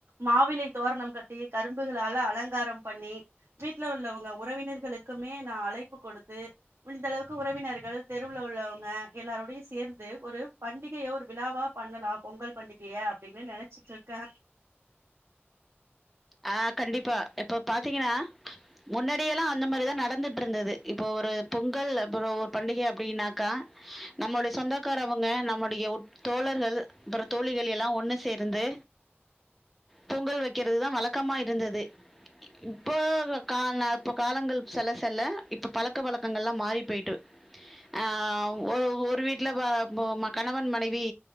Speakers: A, on the right; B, in the centre.
A: மாவிலை தோரணம் கட்டி கரும்புகளால அலங்காரம் பண்ணி வீட்டுல உள்ளவங்க உறவினர்களுக்குமே நா அழைப்பு கொடுத்து முடிந்த அளவுக்கு உறவினர்கள் தெ ருவுள்ள உள்ளவங்க எல்லாருடையு சேர்ந்து ஒரு பண்டிகைய ஒரு விழாவா பண்ணலாம் பொங்கல் பண்டிகைய அப்படின்னு நெனச்சிட்டு இருக்கே
B: ஆ கண்டிப்பா இப்போ பாத்தீங்கன்னா முன்னாடியெல்லா அந்த மாதிரிதா நடந்துட்ருந்தது இப்போ ஒரு பொங்கல் அப்புறோ ஒரு பண்டிகை அப்படின்னா கா நம்மளு சொந்தக்கார அவங்க நம்முடைய உ தோழர்கள் அப்புற தோழிகள் எல்லா ஒண்ணு சேர்ந்து பொங்கல் வைக்கிறதுதா வழக்கமா இருந்தது இப்போ கான்ன இப்ப காலங்கள் செல்ல செல்ல இப்ப பழக்க பழக்கங்கள் எல்லா மாறி போய்ட்டு அ ஒ ஒரு வீட்டுல வ போ கணவன் மனைவி